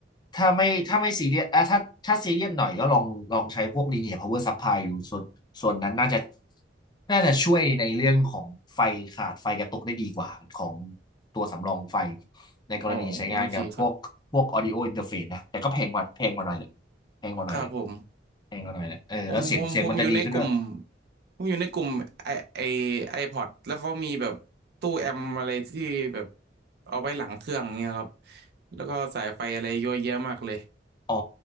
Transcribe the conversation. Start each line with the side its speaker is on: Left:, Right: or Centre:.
Left: ถ้าไม่ถ้าไม่ซีเรียสอะถ้าถ้าซีเรียสหน่อยก็ลองลองใช้พวก linear power supply อยู่ส่วนส่วนนั้นน่าจะน่าจะช่วยในเรื่องของไฟขาดไฟกระตุกได้ดีกว่าของตัวสำรองไฟในกรณีใช้งานกับพวกพวก
Right: อ๋อโอเคครับ
Left: audio interface นะแต่ก็แพงกว่าแพงกว่าหน่อยเลยแพงกว่าหน่อยเลย
Right: ครับผม
Left: แพงกว่าหน่อยเลยเออแล้วเสียงเสียงมันจะดีขึ้นด้วย
Right: ผมผมผมผมอยู่ในกลุ่มผมอยู่ในกลุ่มไอไอไอพอดแล้วเขามีแบบตู้แอมอะไรที่แบบเอาไว้หลังเครื่องเงี้ยครับแล้วก็สายไฟอะไรเยอะแยะมากเลย
Left: อ๋อ